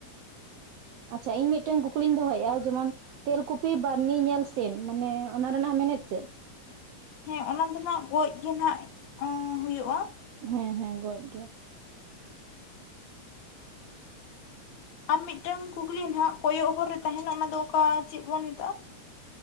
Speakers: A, on the right; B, on the left.
A: ᱟᱪᱪᱷᱟ ᱤᱧ ᱢᱤᱫᱴᱮᱱ ᱠᱩᱠᱞᱤᱧ ᱫᱚᱦᱚᱭᱮᱫᱼᱟ ᱡᱮᱢᱚᱱᱼᱼ ᱛᱮᱞᱠᱩᱯᱤ ᱵᱟᱨᱱᱤ ᱧᱮᱞ ᱥᱮᱱ ᱢᱟᱱᱮ ᱚᱱᱟ ᱨᱮᱱᱟᱜ ᱢᱮᱱᱮᱫ ᱪᱮᱫ‍?
B: ᱦᱮᱸ ᱚᱱᱟ ᱫᱚ ᱱᱟᱜ ᱜᱚᱡ ᱜᱮ ᱱᱟᱜ ᱦᱩᱭᱩᱜᱼᱟ᱾
A: ᱦᱮᱸ ᱦᱮᱸ ᱜᱚᱡ ᱜᱮ᱾
B: ᱟᱨ ᱢᱤᱫᱴᱟᱝ ᱠᱩᱠᱞᱤ ᱱᱟᱦᱟᱜ ᱠᱚᱭᱚᱜ ᱦᱚᱨ ᱨᱮ ᱛᱟᱦᱮᱱᱟ ᱚᱱᱟ ᱫᱚ ᱚᱠᱟ ᱪᱮᱫ ᱵᱚᱱ ᱢᱮᱛᱟᱜᱼᱟ?